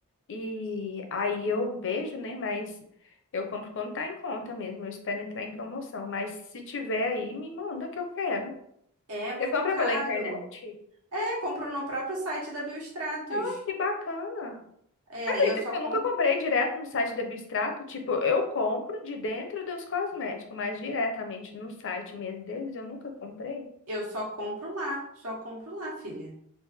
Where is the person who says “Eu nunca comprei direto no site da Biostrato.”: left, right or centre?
Left